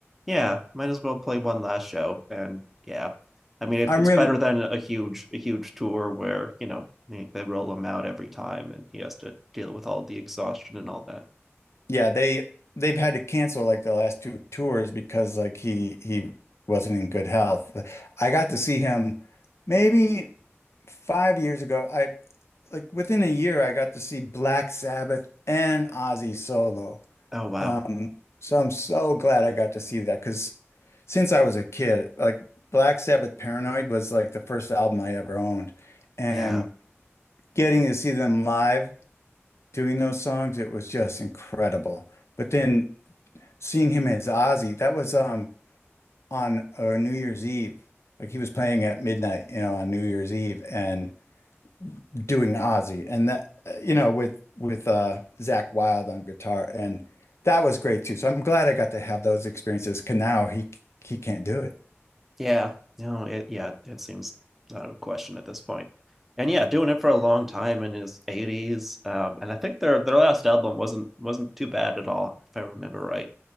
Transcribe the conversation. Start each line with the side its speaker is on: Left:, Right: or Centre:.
Centre: yeah, might as well play one last show. And yeah, I mean, it,
Left: I'm
Centre: it's
Left: really
Centre: better than a huge, a huge tour where, you know, they, they roll him out every time and he has to deal with all the exhaustion and all that.
Left: Yeah, they they've had to cancel like the last two tours because like he he wasn't in good health. I got to see him maybe five years ago. I like within a year I got to see Black Sabbath and Ozzy solo.
Centre: Oh, wow.
Left: Um, so I'm so glad I got to see that because since I was a kid, like Black Sabbath Paranoid was like the first album I ever owned, and
Centre: Yeah.
Left: getting to see them live doing those songs, it was just incredible. But then seeing him as Ozzy, that was um on uh, New Year's Eve. Like he was playing at midnight, you know, on New Year's Eve, and doing Ozzy and that uh, you know with with uh Zach Wild on guitar and that was great too. So I'm glad I got to have those experiences. 'Cause now he he can't do it.
Centre: Yeah. No, it, yeah, it seems out of question at this point. And yeah, doing it for a long time in his 80s. Um, and I think their their last album wasn't wasn't too bad at all, if I remember right.